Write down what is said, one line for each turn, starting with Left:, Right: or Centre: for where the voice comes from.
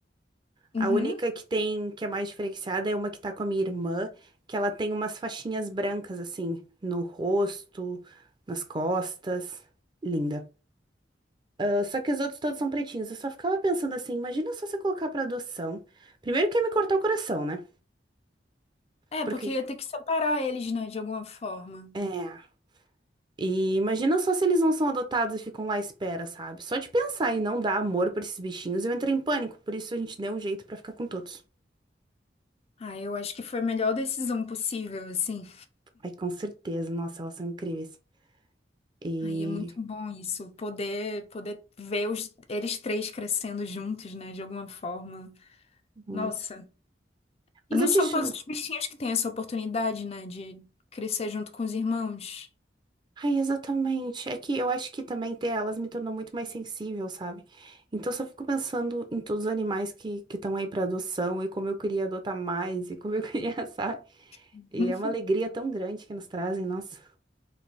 Left: Uhum.
Right: A única que tem, que é mais diferenciada, é uma que tá com a minha irmã, que ela tem umas faixinhas brancas, assim, no rosto, nas costas. Linda. Ah, só que os outros todos são pretinhos. Eu só ficava pensando assim, imagina só você colocar pra adoção. Primeiro que ia me cortar o coração, né?
Left: É,
Right: Porque,
Left: porque ia ter que separar eles, né, de alguma forma.
Right: é... E imagina só se eles não são adotados e ficam lá à espera, sabe? Só de pensar em não dar amor pra esses bichinhos, eu entrei em pânico. Por isso a gente deu um jeito pra ficar com todos.
Left: Ah, eu acho que foi a melhor decisão possível, assim.
Right: Ai, com certeza. Nossa, elas são incríveis. E...
Left: Aí é muito bom isso, poder poder ver os, eles três crescendo juntos, né, de alguma forma.
Right: hum,
Left: Nossa.
Right: Mas
Left: E não
Right: eu
Left: são
Right: te juro.
Left: todos os bichinhos que têm essa oportunidade, né, de crescer junto com os irmãos.
Right: Ai, exatamente. É que eu acho que também ter elas me tornou muito mais sensível, sabe? Então eu só fico pensando em todos os animais que que estão aí pra adoção e como eu queria adotar mais e como eu <laughs> queria, sabe?
Left: <laughs>
Right: E é uma alegria tão grande que nos trazem, nossa.